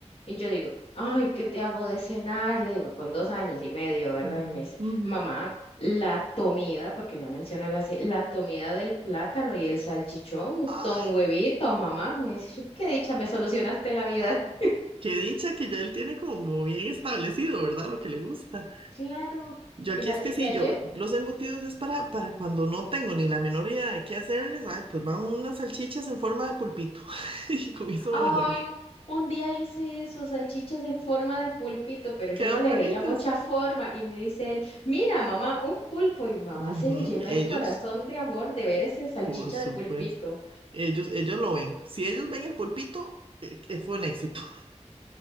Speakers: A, on the left; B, on the right.
A: y yo digo, ay, ¿qué te hago de cenar? Le digo, con dos años y medio, ¿verdad?
B: Ujú,
A: Y me dice,
B: ujú.
A: mamá, la comida, porque no menciona la C, la comida del plátano y el salchichón,
B: Ay,
A: ton huevito, mamá. Me dice, yo, qué dicha, me solucionaste la vida. <laughs>
B: qué dicha que ya él tiene como bien establecido, ¿verdad? Lo que le gusta.
A: Claro,
B: Yo aquí
A: fíjate
B: es que sí,
A: que ayer
B: yo los embutidos es para, para cuando no tengo ni la menor idea de qué hacerles. Ay, pues van unas salchichas en forma de pulpito <laughs> y con eso
A: Ay,
B: me la juego.
A: un, un día hice eso, salchichas en forma de pulpito, pero
B: Quedan
A: yo no le
B: bonitas.
A: veía mucha forma. Y me dice él, mira, mamá, un pulpo. Y mamá
B: Ujú,
A: se le llenó
B: Ellos,
A: el corazón de amor de ver esa salchicha
B: por supuesto.
A: de pulpito.
B: Ellos, ellos lo ven. Si ellos ven el pulpito, eh, que fue un éxito. <laughs>